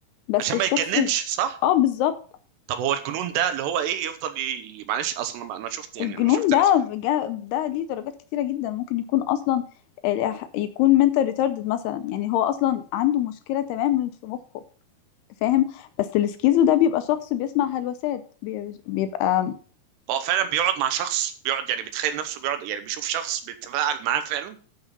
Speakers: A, on the left (about 80°); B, on the right (about 75°).
A: بس
B: عشان
A: الشخص
B: ما يتجننش
A: ال-
B: صح
A: اه بالظبط
B: طب هو الجنون ده اللي هو ايه يفضل ي... معلش اصلا ما انا شفت يعني
A: الجنون
B: انا شفت
A: ده
B: ناس
A: جا- ده ليه درجات كتيرة جدا ممكن يكون أصلا الإح- يكون mental retarded مثلا يعني هو أصلا عنده مشكلة تماما في مخه فاهم بس السكيزو ده بيبقى شخص بيسمع هلوسات بي- بيبقى
B: هو فعلا بيقعد مع شخص بيقعد يعني بيتخيل نفسه بيقعد يعني بيشوف شخص بيتفاعل معاه فعلا